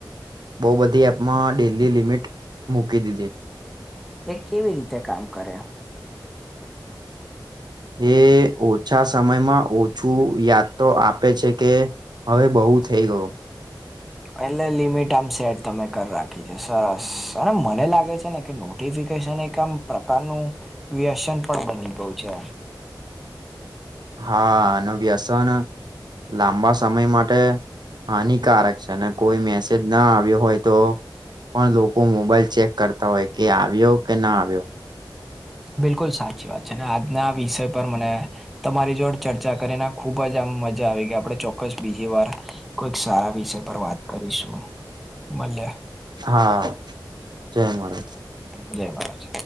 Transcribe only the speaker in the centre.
એ કેવી રીતે કામ કરે એમ?
એટલે લિમિટ આમ સેટ તમે કરી રાખી છે, સરસ અને મને લાગે છે ને, કે નો નોટીફિકેશન એક આમ પ્રકારનું વ્યસન પણ બની ગયું છે.
બિલકુલ સાચી વાત છે ને, આજના વિષય પર મને તમારી જોડ ચર્ચા કરીને ખુબ જ આમ મજા આવી ગેય, આપડે ચોક્કસ બીજી વાર કોઈક સારા વિષય પર વાત કરીશું, બલે
જય મહારાજ.